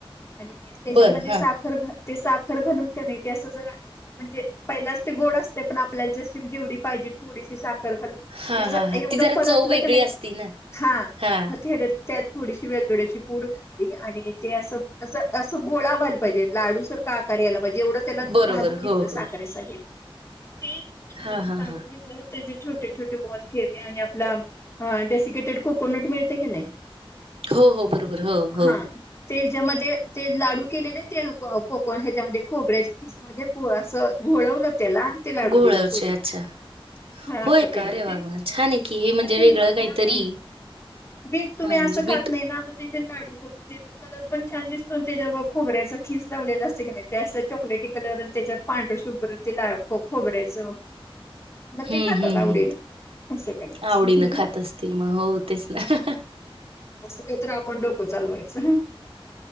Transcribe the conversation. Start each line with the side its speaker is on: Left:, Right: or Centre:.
Left: आणि त्याच्यामध्ये
Right: बरं. हां.
Left: साखर घा ते साखर घालुन क नाही ते असं जर म्हणजे पहिलाच ते गोड असते पण आपल्याला ज जेवढी पाहिजे थोडीशी साखर घालून ते
Right: हां,
Left: जर
Right: हां, हां.
Left: एवढं
Right: ती जरा
Left: परतलं
Right: चव वेगळी
Left: की नाही
Right: असती ना?
Left: हा
Right: हां.
Left: मग थेडक्तात थोडीशी वेलदोड्याची पूड घातली आणि ते असं असं गोळा व्हायला पाहिजे लाडू सारख आकार यायला म्हणजे एवढं त्याला
Right: बरोबर.
Left: तू भाजून घेतलं
Right: हो, हो.
Left: साखरे साहित ते नंतर
Right: हां,
Left: न
Right: हां,
Left: काढून
Right: हां.
Left: घेतल्या हो त्या जे छोटे छोटे बॉल केले आणि आपला डेसिकेटेड कोकोनट मिळते की नाही
Right: हो हो बरोबर हो हो
Left: हा त्याच्यामध्ये ते लाडू केलेले ते कोकण ह्याच्यामध्ये खोबऱ्याच्या खिसमध्ये असं घोळवलं ला अ तेला आड
Right: घोळावचे
Left: दिली पूरला
Right: अच्छा.
Left: हा
Right: होय
Left: केल
Right: का? अरे वाह!
Left: तेे
Right: वाह! छान आहे की हे
Left: म
Right: म्हणजे वेगळं काहीतरी
Left: हा बीट तुम्ही
Right: हां,
Left: असं
Right: म्हणजे
Left: खात
Right: बीट
Left: नाही ना मग ते लाडू करून कलर पण छान दिसतो ते खोबऱ्याचा खीस लावलेला असते कि नाही चॉकलेट त्याच्यावर पांढरं शुभ्र खोबऱ्याच मग
Right: हं,
Left: ते खातात
Right: हं,
Left: आवडेल
Right: हं.
Left: असं करायचं
Right: आवडीनं खात असतील मग हो तेच ना
Left: असंय तर आपण डोक चालवायचं